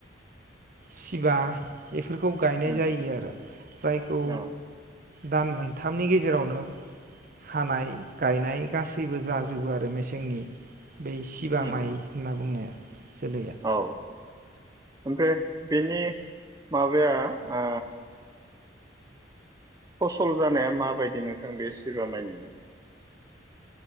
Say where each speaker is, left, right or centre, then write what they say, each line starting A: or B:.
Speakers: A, on the right (about 50°); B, on the right (about 20°).
A: सिबा। बेफोरखौ गायनाय
B: उम
A: जायो आरो जायखौ
B: औ
A: दान मोनथामनि गेजेरावनो हानाय गायनाय गासैबो जाजोबो आरो मेसेंनि बै सिबा
B: उम
A: माइ
B: उम
A: होनना बुंनाया। जोलैया
B: औ। ओमफ्राय बेनि माबाया आ फसल जानाया माबायदि नोंथां बे सिबा माइनिया